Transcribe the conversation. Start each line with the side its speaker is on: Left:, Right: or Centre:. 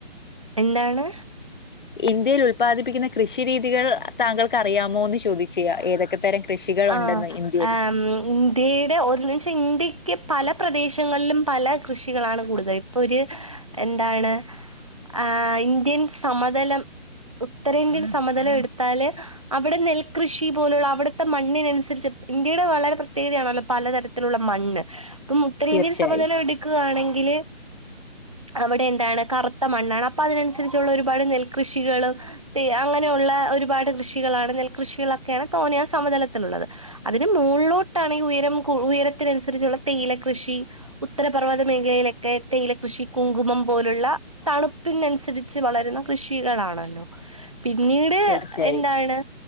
Right: എന്താണ്
Left: ഇന്ത്യയിൽ ഉത്പാദിപ്പിക്കുന്ന കൃഷി രീതികൾ താങ്കൾക്ക് അറിയാമോ എന്ന് ചോദിച്ച്യ ഏതൊക്കെ തരം കൃഷികൾ
Right: ആ
Left: ഉണ്ടെന്ന് ഇന്ത്യയിൽ
Right: മ്മ് ഇന്ത്യയുടെ ഒരു നിമിഷം ഇന്ത്യക്ക് പല പ്രദേശങ്ങളിലും പല കൃഷികളാണ് കൂടുതൽ ഇപ്പൊ ഒരു എന്താണ് ആ ഇന്ത്യൻ സമതലം ഉത്തരേന്ത്യൻ സമതലം എടുത്താൽ അവിടെ നെൽകൃഷി പോലുള്ള അവിടെ ത്തെ മണ്ണിനനുസരിച്ച് ഇന്ത്യയുടെ വളരെ പ്രത്യേകതയാണല്ലോ പലതരത്തിലുള്ള മണ്ണ് ഇപ്പം ഉത്തരേന്ത്യയിൽ
Left: തീർച്ചയായും
Right: സമനില എടുക്കുകയാണെങ്കിൽ അവിടെ എന്താണ് കറുത്ത മണ്ണാണ് അപ്പൊ അതിനനുസരിച്ചുള്ള ഒരുപാട് നെൽകൃഷികളും അങ്ങനെയുള്ള ഉള്ള ഒരുപാട് കൃഷികളാണ് നെൽകൃഷികളൊക്കെയാണ് തോണിയാ സമതലത്തിലുള്ളത് അതിന് മുകളിലോട്ടാണെങ്കിൽ ഉയരം ഉയരത്തിനനുസരിച്ചുള്ള തേയിലകൃഷി ഉത്തരപർവ്വത മേഖലയിലൊക്കെ തേയിലകൃഷി കുങ്കുമം പോലുള്ള തണുപ്പിനനുസരിച്ച് വളര കൃഷികളാണല്ലോ പിന്നീട്
Left: തീർച്ചയായും
Right: എന്താണ്